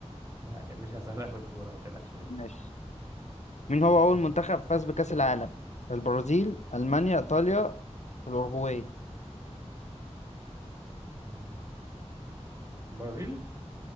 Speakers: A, on the right; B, on the left.
A: لا مش هسهلها في الكوره ما تقلقش اسال
B: ماشي مين هو اول منتخب فاز بكأس العالم البرازيل المانيا ايطاليا الاورجواي
A: مم. برازيل